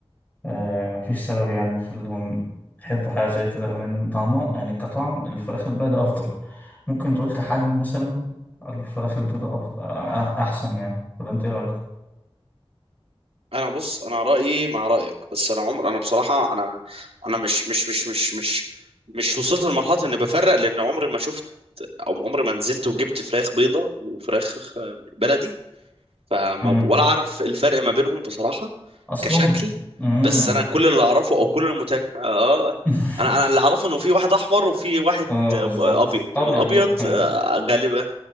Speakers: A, on the left; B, on the right.
A: آه، مفيش سبب يعني يخليهم يحبوا حاجة زي كده رغم إن طعمها يعني كطعم الفراخ البلدي أفضل ممكن تقول كحجم مثلا الفراخ البيضاء أف- أ- أحسن يعني ولا أنت إيه رأيك؟
B: انا بص انا رايي مع رايك بس انا عمر انا بصراحه انا انا مش مش مش مش مش مش وصلت لمرحله اني بفرق لان عمري ما شفت او عمري ما نزلت وجبت فراخ بيضه وفراخ بلدي فما
A: مم.
B: ولا عارف الفرق ما بينهم بصراحه
A: اصلا
B: كشكل
A: مم.
B: بس انا كل اللي اعرفه او كل المتك... اه
A: <laughs>
B: انا انا اللي اعرفه انه في واحد احمر وفي واحد
A: اه بالظبط
B: ابيض
A: ابيض
B: الابيض
A: بقى ها.
B: آه، غالبا